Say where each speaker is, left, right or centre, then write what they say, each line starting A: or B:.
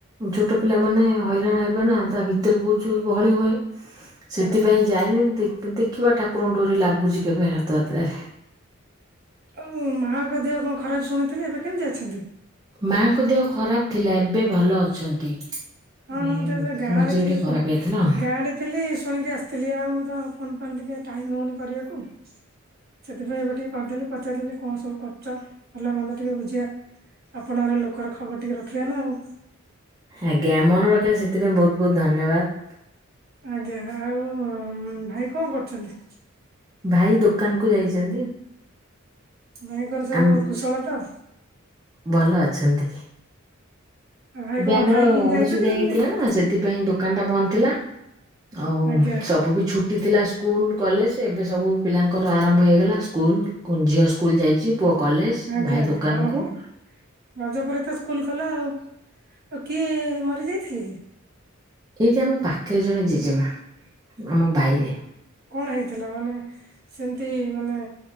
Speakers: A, on the right; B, on the right.
A: ଛୋଟ ପିଲାମାନେ ହଇରାଣ ହେବେ ନା ତା ଭିତରେ ବୁ ଛୁ ଗହଳି ହୁଏ। ସେଥିପାଇଁ
B: ଆଜ୍ଞା।
A: ଯାଇନି ଦେଖି ଦେଖିବା ଡୋରି କେବେ ରଥଯାତ୍ରାରେ।
B: ଆଉ ମୁଁ ମାଆଙ୍କ ଦେହ କଣ ଖରାପ ଶୁଣିଥିଲି ଏବେ କେମିତି ଅଛନ୍ତି?
A: ମାଆଙ୍କ ଦେହ ଖରାପ ଥିଲା ଏବେ ଭଲ ଅଛନ୍ତି।
B: ହଁ
A: ଏ
B: ମୁଁ ତ ଏବେ ଗାଁ
A: ମଝିରେ
B: ରେ ଥିଲି
A: ଟିକେ
B: ସବୁ
A: ଖରାପ ହେଇଯାଇଥିଲା ଆଉ।
B: ଗାଁରେ ଥିଲି ଶୁଣିକି ଆସିଥିଲି ଆଉ ତ ଫୋନ ଫାନ୍ ଟିକେ ଟାଇମ ହଉନି କରିବାକୁ। ସେଥିପାଇଁ ଏବେ ଟିକେ କରିଦେଲି ପଚାରଦେଲି କଣ ସବୁ କରୁଛ ଭଲ ମନ୍ଦ ଟିକେ ବୁଝିବାକୁ। ଆପଣାର ଲୋକର ଖବର ଟିକେ ରଖିବା ନା ଆଉ।
A: ଆଜ୍ଞା ମନେ ରଖିଲେ ସେଥିପାଇଁ ବହୁତ ବହୁତ ଧନ୍ୟବାଦ।
B: ଆଜ୍ଞା ଆଉ ଭାଇ କଣ କରୁଛନ୍ତି?
A: ଭାଇ ଦୋକାନ କୁ ଯାଇଛନ୍ତି।
B: ଭାଇଙ୍କର ସବୁ
A: ଆମ
B: କୁଶଳ ତ?
A: ଭଲ ଅଛନ୍ତି।
B: ଆଉ ଭାଇ
A: ଏବେ
B: କଣ
A: ଆମର
B: ଖାଇ ପିଇକି
A: ଅଣସୁଧିଆ
B: ଯାଇଛନ୍ତି
A: ହେଇଥିଲା
B: ନାଇଁ?
A: ନା ସେ ସେଥିପାଇଁ ଦୋକାନ ଟା ବନ୍ଦ ଥିଲା ଆଉ
B: ଆଜ୍ଞା
A: ସବୁ ବି ଛୁ ଏଠି ଥିଲା ସ୍କୁଲ କଲେଜ ଏବେ ସବୁ ପିଲାଙ୍କର ଆରମ୍ଭ ହୋଇଗଲା ସ୍କୁଲ୍ କୁ ଝିଅ ସ୍କୁଲ ଯାଇଛି ପୁଅ କଲେଜ
B: ଆଜ୍ଞା
A: ଭାଇ
B: ଆଜ୍ଞା
A: ଦୋକାନକୁ।
B: ହଁ ହଁ ରଜ ପରେ ତ ସ୍କୁଲ ଖୋଲା ଆଉ ଆଉ କିଏ ମରି ଯାଇଥିଲେ କି?
A: ଏଇଠି ଆମ ପାଖରେ ଜଣେ ଜେଜେମା ଆମ ଭାଇରେ।
B: କଣ ହେଇଥିଲା ମାନେ ସେମିତି ମାନେ